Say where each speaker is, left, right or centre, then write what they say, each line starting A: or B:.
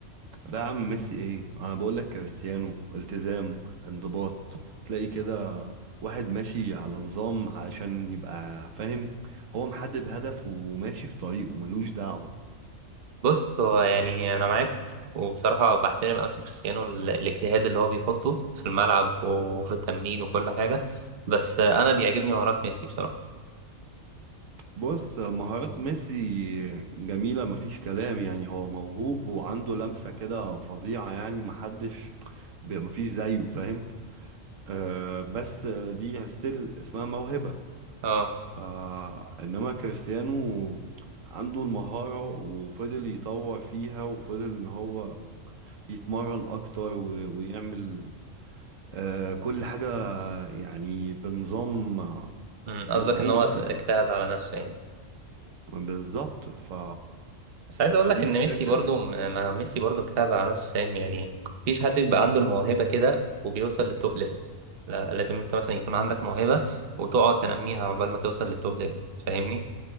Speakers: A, on the right; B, on the right.
A: لا يا عم ميسي ايه انا بقول لك كريستيانو التزام انضباط تلاقي كده واحد ماشي على نظام عشان يبقى فاهم هو محدد هدف وماشي في طريقه ملوش دعوة
B: بص هو يعني انا معاك وبصراحة بحترم أوي في كريستيانو ال- الاجتهاد اللي هو بيحطه في الملعب وفي التمرين وكل حاجة بس أنا بيعجبني مهارات ميسي بصراحة
A: بص مهارات ميسي جميلة مفيش كلام يعني هو موهوب وعنده لمسة كده فظيعة يعني محدش ب- مفيش زيه فاهم آه بس دي ستيل اسمها موهبة
B: اه
A: فإنما كريستيانو عنده المهارة وفضل يطور فيها وفضل إن هو يتمرن أكتر و- ويعمل آه، كل حاجة يعني بنظام
B: مم، قصدك
A: مظبوط
B: ان هو س-
A: يعني
B: اجتهد على نفسه يعني
A: بالظبط ف
B: بس عايز اقول
A: فدي
B: لك ان
A: الفكرة
B: ميسي برضو
A: يعني
B: م- ما ميسي برضو اجتهد على نفسه فاهم يعني مفيش حد بيبقى عنده الموهبة كده وبيوصل للتوب ليفل لا لازم انت مثلا يكون عندك موهبة وتقعد تنميها عقبال ما توصل للتوب ليفل فاهمني